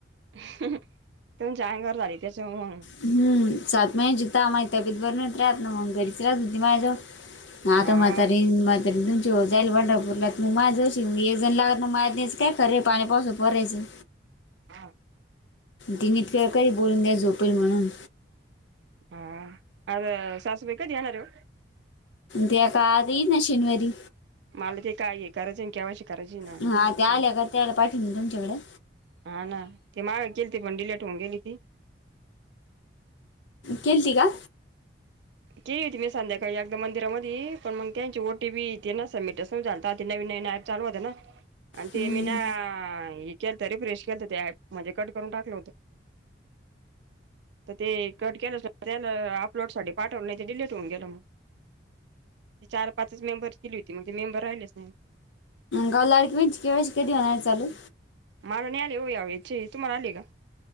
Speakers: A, on the right; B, on the left.
A: हं तुमच्या अंगावरून आली त्याच्यामुळ
B: हम् सात म जता आ मा इ तबीत बर नाही राहत मग घरीच राहधी मा जाव ना
A: हा
B: त म्हातारी म तरी तुमची जाईल पंढरपूरला तू माझायची मी एकजण लागत ना माज्याचं काय खरंे पाणी पाासून परायचं
A: हा
B: दिनीतकरळकरी बोलून द्यास झोपेल म्हणून
A: हं आ सासुबाई कधी येणारै ओ
B: दॅका आ दित ना शनिवारी
A: मला ते काय हे करायचं केव्हाशी करायची ना ते
B: हा त्या आल्या का त्याला पाठवून तुमच्याकडे
A: हा ना ते माग केली त पण डीलीट होऊन गेली ती
B: केलती का
A: केली होती मी संध्याकाळी एकदा मंदिरामध्ये पण मग त्यांची ओटी बीथे ना सबमिट असून झाल नवीन नवीन चालू होत ना आणि ते
B: हम्म.
A: मी ना केल तर अरे प्रेश केल ते म्हणजे कट करून टाकलं होतं तर ते कट केलं त्याला अपलोड साठी पाठवून नाही ते डिलीट होऊन गेलं मग ती चार पाच मेंबर केली होती मग ते मेंबर राहिलेच नाही
B: ग लाडकी बं केवासी कधी होणार चालू
A: मला नाही आले हो यावेचे तुम्हाला आले गा.